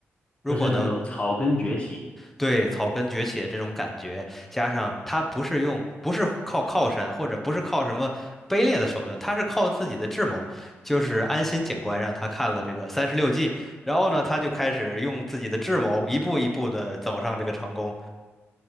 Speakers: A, in the centre; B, on the left (about 25°).
A: 如果能
B: 就是那种草根崛起
A: 对，草根崛起的这种感觉，加上他不是用，不是靠靠山，或者不是靠什么卑劣的手段，他是靠自己的智谋。就是安心警官让他看了这个三十六计，然后呢，他就开始用自己的智谋一步一步的走上这个成功。